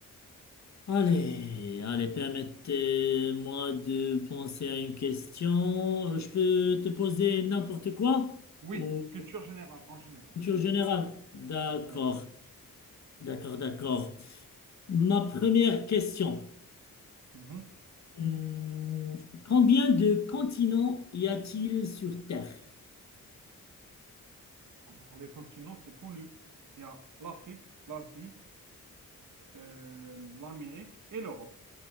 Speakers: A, on the left; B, on the right.
A: Allez, allez, permettez-moi de penser à une question. Je peux te poser n'importe quoi
B: Oui,
A: ou
B: culture générale, en général.
A: culture générale? D'accord,
B: Ouais.
A: d'accord, d'accord. Ma première question.
B: Mhm.
A: Hum, combien de continents y a-t-il sur Terre?
B: Alors, les continents, c'est connu. Il y a l'Afrique, l'Asie, euh, l'Amérique et l'Europe.